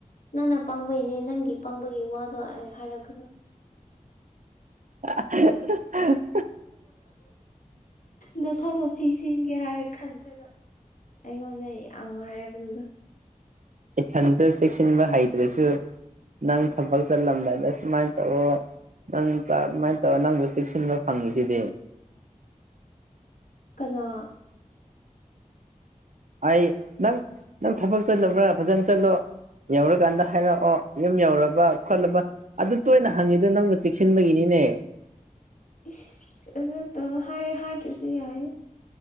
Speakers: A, on the left; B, on the right.
A: ꯅꯪꯅ ꯄꯥꯡꯕꯩꯅꯦ ꯅꯪꯒꯤ ꯄꯥꯡꯕꯒꯤ ꯋꯥꯗꯣ ꯑꯩ ꯍꯥꯏꯔꯛꯀꯅꯨ
B: <unintelligible>
A: ꯅꯊꯅ ꯆꯤꯁꯤꯟꯒꯦ ꯍꯥꯏꯔ ꯈꯟꯗ꯭ꯔꯒ ꯑꯩꯉꯣꯟꯗ ꯑꯃ ꯍꯥꯏꯔꯛꯀꯗꯨꯗ
B: ꯏꯊꯟꯇ ꯆꯦꯛꯁꯤꯟꯕ ꯍꯩꯇ꯭ꯔꯁꯨ ꯅꯪ ꯊꯕꯛ ꯆꯠꯂꯝꯗꯥꯗ ꯁꯨꯃꯥꯏꯅ ꯇꯧꯑꯣ ꯅꯪ ꯆ ꯑꯗꯨꯃꯥꯏꯅ ꯇꯧꯔ ꯅꯪꯕꯨ ꯆꯦꯛꯁꯤꯟꯕ ꯐꯪꯉꯤꯁꯤꯗꯤ
A: ꯀꯅꯥ
B: ꯑꯩ ꯅꯪ ꯅꯪ ꯊꯕꯛ ꯆꯠꯂꯕ꯭ꯔꯥ ꯐꯖꯅ ꯆꯠꯂꯣ ꯌꯧꯔꯀꯥꯟꯗ ꯍꯥꯏꯔꯛꯑꯣ ꯌꯨꯝ ꯌꯧꯔꯕ ꯈꯣꯠꯂꯕ ꯑꯗꯨ ꯇꯣꯏꯅ ꯍꯪꯉꯤꯗꯣ ꯅꯪꯕꯨ ꯆꯦꯛꯁꯤꯟꯕꯒꯤꯅꯤꯅꯦ
A: ꯏꯁ ꯑꯗꯨ ꯇ ꯍꯥꯏ ꯍꯥꯏꯗ꯭ꯔꯁꯨ ꯌꯥꯏꯅ